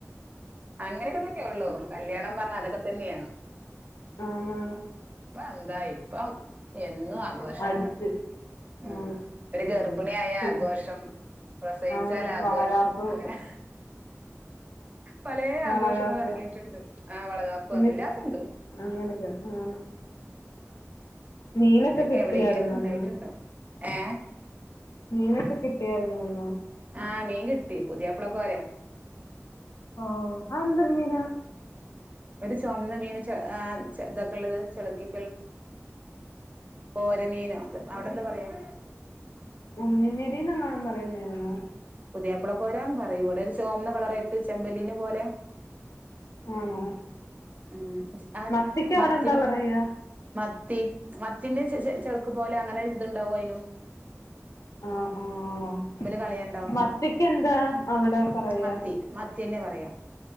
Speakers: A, on the right; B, on the left.
A: അങ്ങനൊക്കെ തന്നെയ ഉള്ളൂ കല്യാണം <unintelligible>
B: ആന്ന് ആന്ന്
A: എന്തായി ഇപ്പം എന്നും ആഘോഷം
B: അടിച്ച്
A: ഉം
B: ആണ്
A: ഒരു ഗർഭിണിയായ
B: പിൻ-
A: ആഘോഷം പ്രസവിച്ചാൽ
B: ആണ്
A: ആഘോഷം
B: വളകാപ്പ്
A: അങ്ങനെ പല
B: വളകാപ്പ്
A: ആഘോഷങ്ങളും ഇറങ്ങിട്ടുണ്ട് ആ വളകാപ്പ്
B: പിന്നെ
A: എല്ലാതുണ്ട് <inaudible>
B: അങ്ങനൊക്കെ ആണ് മീനൊക്കെ
A: ഇതൊക്കെ
B: കിട്ടിയായിരുന്നോ
A: എവിടെയെങ്കിലൊക്കെ ഉണ്ടായിട്ടുണ്ടോ
B: ന്ന്
A: ഏ
B: മീനൊക്കെ കിട്ടിയാരുന്നോ ന്നോ
A: ആഹ മീൻ കിട്ടി പുതിയപ്പളകോര
B: ഓ അ ന്തേരു മീനാ
A: ഒരു ചൊമന്ന മീന് ഇതൊക്കെ ഉള്ളത് ചെളക്കി കോര മീനോ അത് അവിടെന്താ പറയാ
B: ഉണ്ണി മേരീന്ന ങ്ങണം പറയുന്നേന്നോ
A: പുതിയാപ്പള കോരാന്ന് പറയൂ ഇവിടെ ഒരു ചോമന്ന കളറായിട്ട് ചെമ്പല്ലിനെ പോലെ
B: ആണോ
A: ഉം, ച- ആ
B: മത്തിക്ക് അവിടെ
A: മത്തിൽ
B: എന്താ പറയ
A: മത്തി മത്തിറെ ചെളുക്ക് പോലെ അങ്ങനെ ഇതുണ്ടാവും അയ്നും
B: ആഹ ആ ആണോ
A: കളയണ്ടാവും
B: മറ്റക്ക എന്താ അവിടെ പറയാ
A: മത്തി മത്തിന്നെ പറയാ